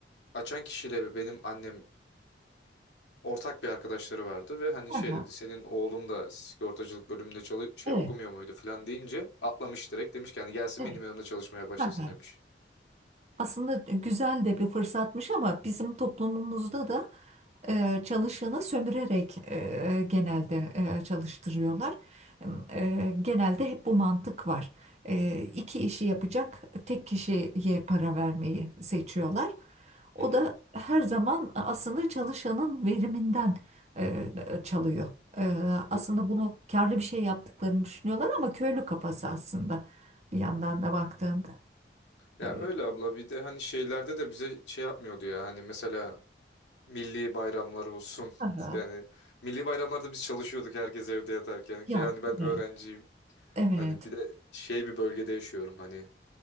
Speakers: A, on the left (about 85°); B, on the right (about 40°).
A: açan kişiyle benim annem ortak bir arkadaşları vardı ve hani şey
B: Aha,
A: dedi senin oğlun da sigortacılık bölümünde çalış şey
B: evet.
A: okumuyor muydu falan deyince atlamış direkt demiş ki hani gelsin
B: Evet.
A: benim yanımda çalışmaya başlasın
B: Hı hı.
A: demiş.
B: Aslında güzel de bir fırsatmış ama bizim toplumumuzda da e, çalışanı sömürerek e, genelde e, çalıştırıyorlar. E, genelde hep bu mantık var. E, iki işi yapacak tek kişiye para vermeyi seçiyorlar. O
A: Hı hı.
B: da her zaman aslında çalışanın veriminden e, çalıyor. E, aslında
A: Bu-
B: bunu karlı bir şey yaptıklarını düşünüyorlar ama köylü kafası aslında bir yandan da baktığında.
A: Ya
B: E,
A: öyle abla bir de hani şeylerde de bize şey yapmıyordu ya hani mesela Milli bayramlar olsun.
B: aha.
A: Yani milli bayramlarda biz çalışıyorduk herkes evde yatarken ki
B: Ya
A: hani ben
B: evet.
A: öğrenciyim.
B: Evet.
A: Hani bir de şey bir bölgede yaşıyorum hani